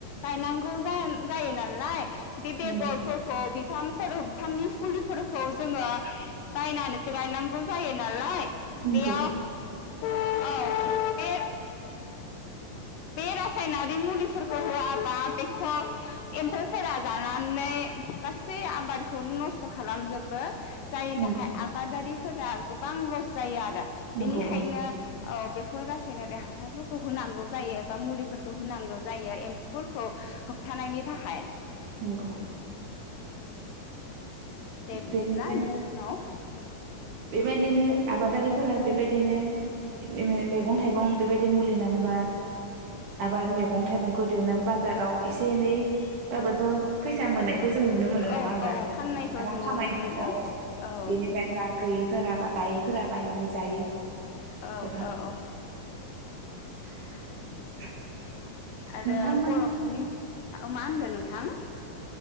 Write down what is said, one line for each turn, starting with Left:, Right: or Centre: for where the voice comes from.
Left: गायनांगौ जा जायो नालाय बे बेगरफोरखौ
Right: नंगौ
Left: बि बिफांफोर बिफांनि फुलि फोरखौ जोङो बायनानैसो गायनांगौ जायो नालाय।
Right: नंगौ
Left: बेयाव <unintelligible> औ बे बे रासायनारि मुलिफोरखौ होआबा बेखौ एम्फौफोरा जानानै गासै आबादखौ नस्थ' खालामजोबो। जायनि
Right: नंगौ
Left: थाखाय आबादारि फोरा गोबां लस जायो आ दा
Right: नंगौ
Left: बिनिखायनो
Right: नंगौ
Left: ओ बेफ फोर रासायनारि हासारफोरखौ होनांगौ जायो बा मुलिफोरखौ होनांगौ जायो एम्फौफोरखौ होबथानायनि थाखाय।
Right: नोंगौ।
Left: दे बिदिब्ला
Right: बेनिखायनो
Left: बेनि उनाव
Right: बेबायदिनो आबादारिफोरा बेबायदिनो मे मैगं थाइगं बेबायदि मुलिनानै बा आबाद मैगं थाइगंखौ दिहुननानै बाजाराव एसे एनै बाबोथ' फैसा मोननायखौ जों नुनो मोनो। नङा
Left: औ
Right: होमबा?
Left: औ फाननायखौ
Right: रां
Left: जों
Right: खामायनायखौ
Left: नुनो मोनदों
Right: औ
Left: औ
Right: बेनिफ्राय बा गैयिफोरा बा गायिफोरा बायनानै जायो
Left: औ
Right: गोबां
Left: औ औ
Right: <inaudible>
Left: आरो
Right: नोंथांमोन
Left: बर'फोरनि औ मा होनदों नोंथां?